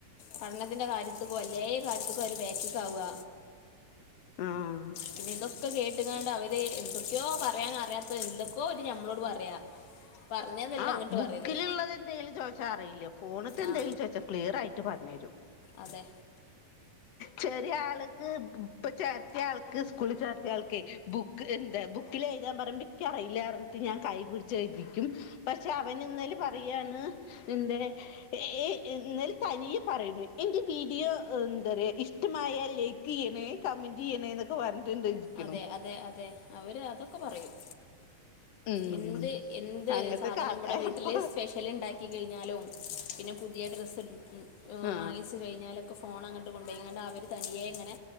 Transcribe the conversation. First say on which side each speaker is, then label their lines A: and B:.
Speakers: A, on the left; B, on the left.
A: പഠനത്തിന്റെ കാര്യത്തിക്കോ അല്ലേ കാര്യത്തക്കോ അവര് ബേക്കിക്ക് ആവുക
B: ആഹ്
A: പിന്നെ ഇതൊക്കെ കേ ട്ടുങ്ങാണ്ട് അവര് എന്തൊക്കെയോ പറയാൻ അറിയാത്ത എന്തൊക്കോ അവര് നമ്മളോട് പറയാ പറഞ്ഞതല്ല
B: ആഹ്
A: ഇങ്ങട്ട്
B: ബുക്കിലുള്ളത്
A: പറയല്
B: എന്തെങ്കിലും ചോദിച്ചാ അറിയില്ല ഫോണത്തെ എന്തേങ്കിലും
A: ആ
B: ചോദിച്ച ക്ലിയറായിട്ട് പറഞ്ഞു തരും
A: അതെ
B: ചെറിയ ആൾക്ക് ഇപ്പൊ ചേർത്ത ആൾക്ക് സ്കൂളിൽ ചേർത്ത ആൾക്ക് ബുക്ക് എന്താ ബുക്കിൽ എഴുതാൻ പറയുമ്പോ എനിക്ക് അറിയില്ല ഞാൻ കൈ പിടിച്ച് എഴുതിക്കും പക്ഷെ അവൻ ഇന്നേല് പറയുവാണ് എന്തേ ഏ എന്നാൽ തനിയെ പറയുന്നു എന്റെ വീഡിയോ എന്താ ഇഷ്ടമായ ലൈക്ക് ക്ക് ചെയ്യണേ കമന്റ് ചെയ്യണേ എന്നൊക്കെ പറഞ്ഞിട്ട് ഇരിക്കണു
A: അതെ അതെ അതെ അവര് അതൊക്കെ പറയും
B: ഉം
A: എന്ത് എന്ത്
B: അങ്ങനത്തൊക്കെ
A: സാധനം
B: ആൾക്കാരപ്പ
A: ഇവിടെ വീട്ടില് സ്പെഷ്യല് ഉണ്ടാക്കി കഴിഞ്ഞാലും പിന്നെ പുതിയ ഡ്രസ്
B: ആ
A: വാങ്ങിച്ച് കഴിഞ്ഞാലും ഫോൺ അങ്ങോട്ട് കൊണ്ടുപോയിണ്ട് അവർ തനിയെ ഇങ്ങനെ